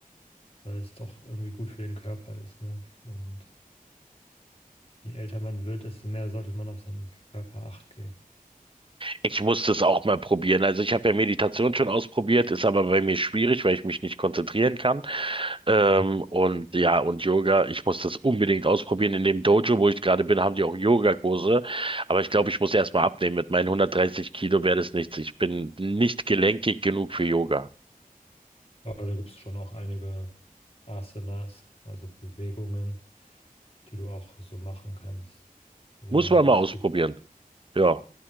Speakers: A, on the left; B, on the right.
A: weil es doch irgendwie gut für den Körper ist, ne? Und je älter man wird, desto mehr sollte man auf seinen Körper Acht geben.
B: Ich musste es auch mal probieren. Also ich habe ja Meditation schon ausprobiert, ist aber bei mir schwierig, weil ich mich nicht konzentrieren kann. Ähm,
A: Und
B: und ja, und Yoga, ich muss das unbedingt ausprobieren. In dem Dojo, wo ich gerade bin, haben die auch Yogakurse. Aber ich glaube, ich muss erst mal abnehmen. Mit meinen 130 Kilo wäre das nichts. Ich bin nicht gelenkig genug für Yoga.
A: Aber da gibt es schon auch einige Asanas, also Bewegungen, die du auch so machen kannst. Also
B: Muss
A: es
B: man mal ausprobieren.
A: spielt
B: Ja.